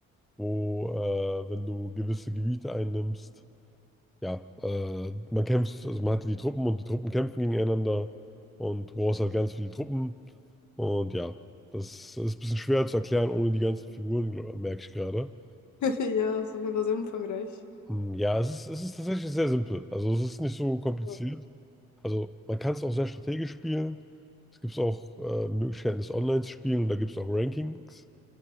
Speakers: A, in the centre; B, on the left (about 70°).
A: wo, äh, wenn du gewisse Gebiete einnimmst, ja, äh, man kämpft, also man hat die Truppen und die Truppen kämpfen gegeneinander und du brauchst halt ganz viele Truppen. Und ja, das ist ein bisschen schwer zu erklären ohne die ganzen Figuren, gl- merke ich gerade.
B: <laughs> Ja, ist auf jeden Fall sehr umfangreich.
A: Hm, Ja, es ist, es ist tatsächlich sehr simpel. Also es ist nicht so kompliziert.
B: Ja.
A: Also man kann es auch sehr strategisch spielen. Es gibt auch äh, Möglichkeiten, es online zu spielen und da gibt es auch Rankings.